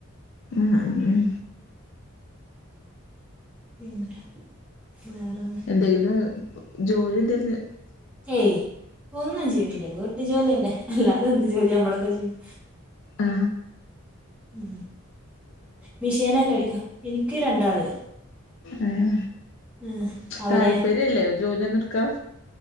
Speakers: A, on the left; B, in the centre.
A: ഉം ഉം ഉം
B: പിന്നെ വേറെന്താ
A: എന്തെലും ജോലി എന്തേല
B: ഏയ് ഒന്നും ചെയ്യണില്ല വീട്ട്ജോലെന്നെ അല്ലാതെന്ത് ജോലി നമ്മളൊക്കെ ചെയ്യ്ണ്
A: ആ
B: ഉം മിഷീനൊക്കെ അടിക്കാം എനിക്ക് രണ്ടാള്
A: എഹേ
B: ഉം. അവിടെ
A: താല്പര്യല്ലേ ജോലിയൊന്നും ഇട്ക്കാൻ